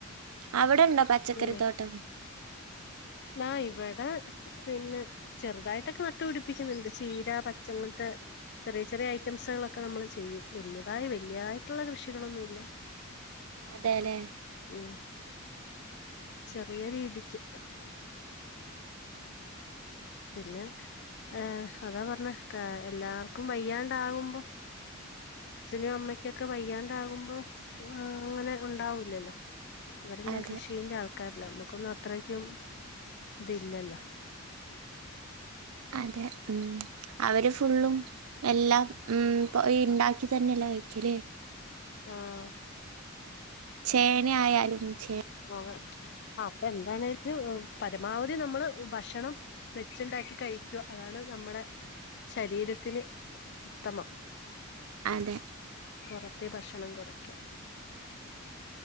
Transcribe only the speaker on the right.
അവടെ ഇണ്ടോ പച്ചക്കറി
ത്തോട്ടം
അതേലെ
അതെ
അതെ ഉം അവര് ഫുള്ളും എല്ലാം ഉം പ്പൊ ഈ ഇണ്ടാക്കി തന്നെല്ലെ കഴിക്കല്
ചേനെ ആയാലും ചേ
അതെ